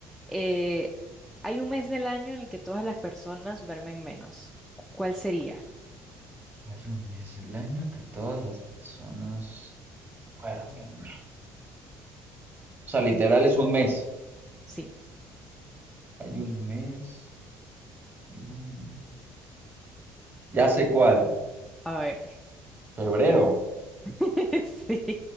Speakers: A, in the centre; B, on the right.
A: Eh, hay un mes del año en el que todas las personas duermen menos. ¿Cuál sería?
B: Hay un mes del año que todas las personas duermen menos. O sea, literal es un mes.
A: Sí.
B: Hay un mes del año. Ya sé cuál.
A: A ver.
B: Febrero.
A: <laughs> Sí.